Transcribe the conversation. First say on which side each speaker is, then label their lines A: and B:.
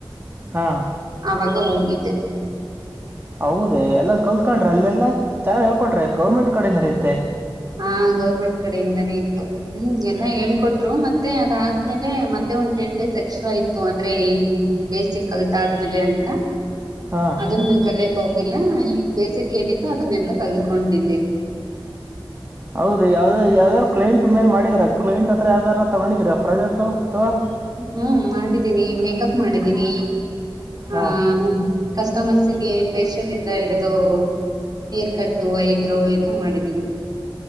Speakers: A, on the right; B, on the right.
A: ಹಾ
B: ಆವಾಗ ಹೋಗಿದ್ದೆ.
A: ಹೌದ ಎಲ್ಲಾ ಕಲ್ತ್ಕೊಂಡ್ರ ಅಲ್ಲೆಲ್ಲಾ ಚೆನ್ನಾಗಿ ಹೇಳ್ಕೊಟ್ರೆ ಗೌರ್ಮೆಂಟ್ ಕಡಿಂದರಿತ್ತೆ.
B: ಹಾ ಗೌರ್ಮೆಂಟ್ ಕಡೆಯಿಂದಾನೇ ಇತ್ತು. ಹ್ಮ್ ಎಲ್ಲಾ ಹೇಳ್ಕೊಟ್ರು ಮತ್ತೆ ಅದಾದ್ಮೇಲೆ ಮತ್ತೆ ಒಂದ್ ಟೆನ್ ಡೇಸ್ ಎಕ್ಸ್ಟ್ರಾ ಇತ್ ಅಂದ್ರೆ ಇದು ಬೇಸಿಕ್ ಕಲ್ತ ಆದ್ಮೇಲೆ ಅಂತ
A: ಹಾ
B: ಅದನ್ನ ಏನ್ ಕಲಿಯಕ್ ಹೋಗಿಲ್ಲ ಈಗ್ ಬೇಸಿಕ್ ಏನಿತ್ತು ಅದನ್ನೆಲ್ಲಾ ಕಲ್ಕೊಂಡಿದ್ದೀವಿ
A: ಹೌದು ಯಾವ್ದ ಯಾವ್ದಾದಾರ್ ಕ್ಲೈಂಟ್ ಮೇಲೆ ಮಾಡಿದೀರಾ ಕ್ಲೈಂಟ್ ಹತ್ರ ಯಾವ್ದಾರ ತಗೊಂಡಿದರಾ ಪ್ರಾಜೆಟ್ ಅಥವಾ
B: ಹ್ಮ್ ಮಾಡಿದ್ದೀನಿ ಮೇಕಪ್ ಮಾಡಿದ್ದೀನಿ ಹಾ
A: ಹಾಂ
B: ಕಸ್ಟಮರ್ಸ್ಗೆ ಫಾಷಿಯಲ್ ಇಂದ ಹಿಡಿದು ಏರ್ಕಟ್ಟು ಐಬ್ರೋ ಎಲ್ಲ ಮಾಡಿದೀನಿ